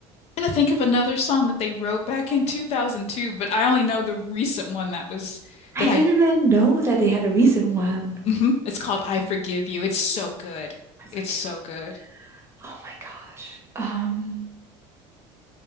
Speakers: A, on the left (about 55°); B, on the right (about 20°).
A: And I think of another song that they wrote back in 2002, but I only know the recent one that was
B: I
A: that
B: didn't
A: I
B: even know that they had a recent one.
A: hmm It's called I Forgive You. It's so good.
B: i forgive
A: It's so
B: you.
A: good.
B: Oh my gosh. Um.